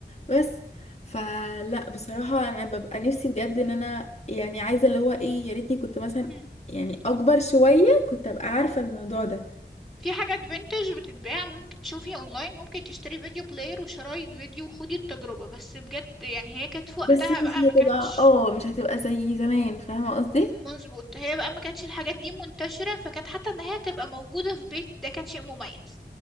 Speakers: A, on the left; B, in the centre.
A: بس فلا بصراحة أنا ببقى نفسي بجد إن أنا يعني عايزة اللي هو إيه يا ريتني كنت مثلا
B: مم.
A: يعني أكبر شوية كنت أبقى عارفة الموضوع ده
B: في حاجات فينتج بتتباع ممكن تشوفيها اونلاين ممكن تشتري فيديو بلاير وشرايط فيديو وخدي التجربة بس بجد يعني هي كانت في وقتها
A: بس مش
B: بقى ما
A: هتبقى
B: كانش
A: اه مش هتبقى زي زمان فاهمة قصدي
B: مظبوط هي بقى ما كانتش الحاجات دي منتشرة فكانت حتى ان هي تبقى موجودة في بيت ده كان شيء مميز